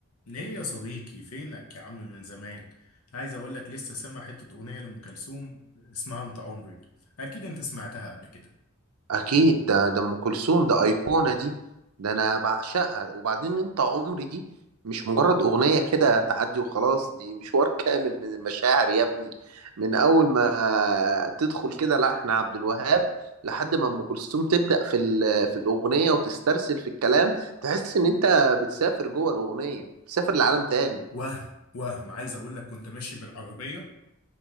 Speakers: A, on the left; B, on the right.
A: ليه يا صديقي فينك يا عم من زمان عايز اقول لك لسه سامع حتة اغنية لأم كلثوم اسمها انت عمري اكيد انت سمعتها قبل كده
B: اكيد ده ده ام كلثوم ده ايقونه دي ده انا بعشقها وبعدين انت عمري دي مش مجرد اغنيه كده تعدي وخلاص دي مشوار كامل من المشاعر يا ابني من اول ما تدخل كده لحن عبد الوهاب لحد ما ام كلثوم تبدا في ال- في الاغنيه وتسترسل في الكلام تحس ان انت بتسافر جوه الاغنيه بتسافر لعالم تاني
A: وهم وهم عايز اقول لك كنت ماشي بالعربية